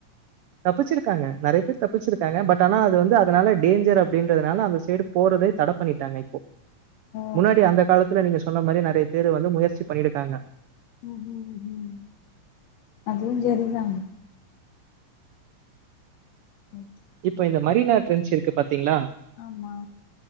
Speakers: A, on the right; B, on the left.
A: தப்பிச்சிருக்காங்க நறைய பேர் தப்பிச்சிருக்காங்க பட் ஆனா அது வந்து அதனால டேஞ்சர் அப்படின்றதுனால அந்த சைடு போறதே தடை பண்ணிட்டாங்க இப்போ
B: ஓ
A: முன்னாடி அந்த காலத்துல நீங்க சொன்ன மாரி நறைய பேரு வந்து முயற்சி பண்ணிருக்காங்க
B: உம் உம் உம் அதுவுஞ் சரிதாங்க உம்
A: இப்ப இந்த மரினா ட்ரன்ச்சு து பாத்தீங்களா
B: ஆமா